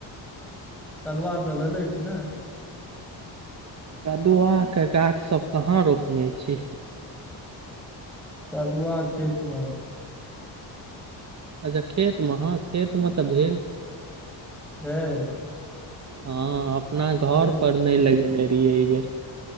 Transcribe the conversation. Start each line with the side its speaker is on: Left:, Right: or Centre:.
Centre: कदवा सब भेलै कि नै।
Right: कदुआ के गाछ सब कहाँ रोपने छी।
Centre: कदुआ खेत मे।
Right: अच्छा खेत मे हँ खेत मे तऽ भेल।
Centre: भेल
Right: हँ अपना
Centre: चलू
Right: घर पर नई लगेने रहियै ई बेर।